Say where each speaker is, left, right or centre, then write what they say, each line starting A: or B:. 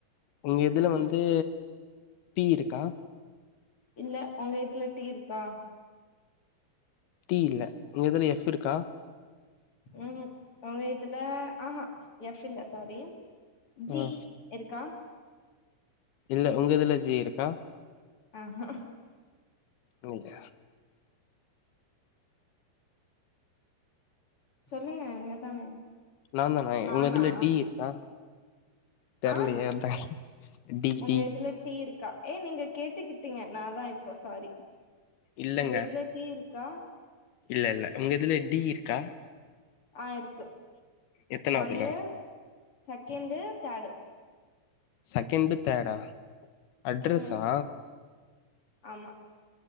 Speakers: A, on the left; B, on the left.
A: உங்க இதுல வந்தூ டீ இருக்கா
B: இல்ல உங்க இதுல டீ இருக்கா
A: டீ இல்ல உங்க இதுல எஃப் இருக்கா
B: ம் உங்க இதுல ஆஹா எஃப் இல்ல சாரி ஜி
A: ம்
B: இருக்கா
A: இல்ல உங்க இதுல ஜி இருக்கா
B: ஆஹா
A: நீங்க
B: சொல்லுங்க நீங்க தானே
A: நா தான
B: நானா
A: உங்க இதுல டி இருக்கா தெர்லயே
B: ஆன்
A: அதா டி
B: உங்க
A: டி
B: இதுலப் டீ இருக்கா ஏ நீங்க கேட்டுக்கிட்டீங்க நாதா இப்போ சாரி
A: இல்லங்க
B: உங்க இதுல டீ இருக்கா
A: இல்ல இல்ல உங்க இதுல டி இருக்கா
B: ஆ இருக்கு
A: எத்தனாவதுல
B: ஒன்னு செகண்டு தேடு
A: செகண்டு தேர்டா அட்ரஸ்சா
B: ம் ஆமா